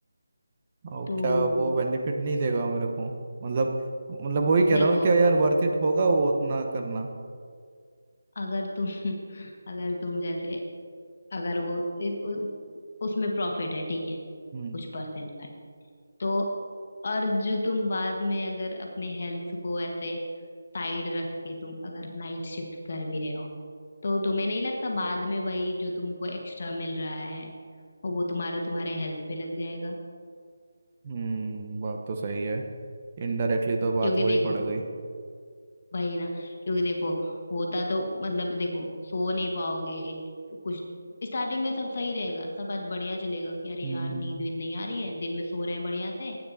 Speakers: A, on the right (about 35°); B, on the left (about 45°).
A: और
B: तो
A: क्या वो बेनिफिट नहीं देगा मेरे को मतलब मतलब वही कह
B: देखो
A: रहा हूँ ना, क्या यार वर्थ इट होगा वो उतना करना
B: अगर तुम <laughs> अगर तुम जैसे अगर वो इ- उ- उसमें प्रॉफिट है ठीक है
A: हम्म
B: कुछ परसेंट का तो और जो तुम बाद में अगर अपने हेल्थ को ऐसे साइड रख के तुम अगर नाइट शिफ्ट कर भी रहे हो तो तुम्हें नहीं लगता बाद में वही जो तुमको एक्स्ट्रा मिल रहा है वो तुम्हारा तुम्हारे हेल्थ पे लग जाएगा
A: हम्म बात तो सही है इनडायरेक्टली तो बात
B: क्योंकि
A: वही
B: देखो
A: पड़ गई
B: वही ना क्योंकि देखो होता तो मतलब देखो सो नहीं पाओगे तो कुछ स्टार्टिंग में सब सही रहेगा सब आज बढ़िया चलेगा कि अरे
A: हम्म
B: यार नींद वींद नहीं आ रही है दिन में सो रहे हैं बढ़िया से